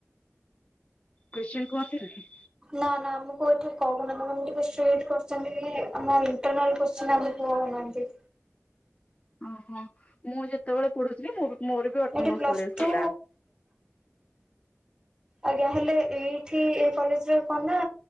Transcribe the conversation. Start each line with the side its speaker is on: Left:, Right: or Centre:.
Left: କୋଶ୍ଚିନ କୁହନ୍ତିନି?
Right: ନା ନା ଆମକୁ ଏଠି କହୁନାନ୍ତି ଟିକେ ଷ୍ଟ୍ରିଟ କରିଛନ୍ତି କି ଆମ ଇଣ୍ଟରନାଲ କୋଶ୍ଚିନ ଆମକୁ କହୁନାହାନ୍ତି।
Left: ଓହୋ ମୁଁ ଯେତେବେଳେ ପଢୁଥିଲି, ମୁ ମୋର ବି ଅଟୋନମସ
Right: ଏଇଠି ପ୍ଲସ୍
Left: କଲେଜ
Right: ଟୁ
Left: ଥିଲା।
Right: ଆଜ୍ଞା ହେଲେ ଏଇଠି ଏଇ କଲେଜ ରେ କଣ ନା।